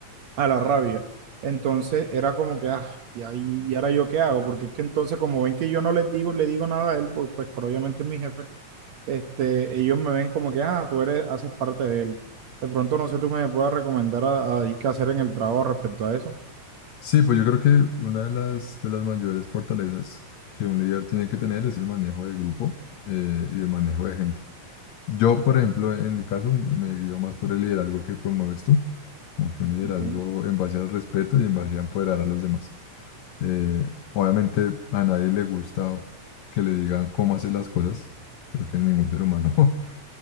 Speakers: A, on the right; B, on the left.
A: a la rabia. Entonces era como que, ah, y ahí, y ahora yo qué hago, porque es que entonces como ven que yo no les digo, le digo nada a él, pues, pues pero obviamente es mi jefe este, ellos me ven como que, ah, tú eres, haces parte de él. De pronto no sé tú qué me puedas recomendar a, a- y qué hacer en el trabajo respecto a eso.
B: Sí, pues yo creo que una de las, de las mayores fortalezas que un líder tiene que tener es el manejo de grupo eh, y el manejo de gente. Yo, por ejemplo, en mi caso, me me guío más por el liderazgo que promueves tú, como que un liderazgo
A: Ok.
B: en base al respeto y en base a empoderar a los demás. Eh, obviamente a nadie le gusta que le digan cómo hacer las cosas, creo que a ningún ser humano, <laughs>